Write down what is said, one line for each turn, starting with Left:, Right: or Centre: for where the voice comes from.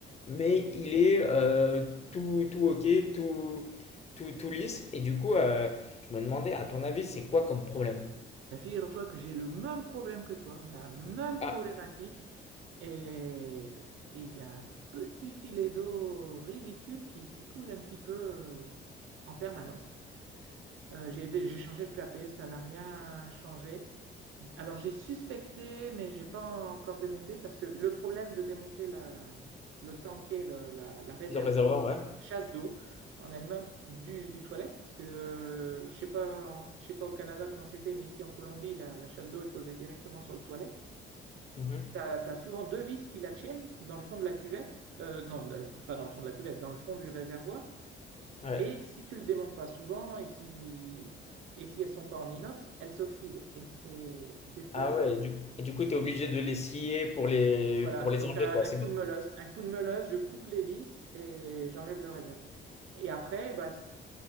Left: Mais il est euh, tout, tout OK, tout, tout, tout lisse. Et du coup, euh, je me demandais, à ton avis, c'est quoi comme problème?
Right: Bah, figure-toi que j'ai le même problème que toi, la même problématique.
Left: Ah,
Right: Et ben, et j'ai un petit filet d'eau ridicule qui, qui coule un petit peu euh, en permanence. Euh, j'ai, dé- j'ai changé de clapet, ça n'a rien changé. Alors j'ai suspecté, mais j'ai pas encore démonté parce que le problème de démonter la, le tanker, le- la, la réserve
Left: le réservoir, ouais.
Right: chasse d'eau en elle-même du, du toilette, parce que euh, je sais pas, en- je sais pas au Canada comment c'est fait, mais ici en Colombie, la, la chasse d'eau est posée directement sur le toilette.
Left: Mhm.
Right: T'as, as souvent deux vis qui la tiennent dans le fond de la cuvette, euh, non, le- pas dans le fond de la cuvette, dans le fond du réservoir.
Left: Ouais.
Right: Et si tu le démontes pas souvent et si, et si elles sont pas en inox, elles s'oxydent. Et c'est des fois,
Left: Ah ouais, et du, et du coup, tu es obligé de les scier pour les,
Right: voilà.
Left: pour les
Right: Donc
Left: enlever,
Right: euh,
Left: quoi.
Right: un
Left: C'est
Right: coup
Left: bon.
Right: de meuleuse, un coup de meuleuse, je coupe les vis et j'enlève le réserve. Et après, bah, c-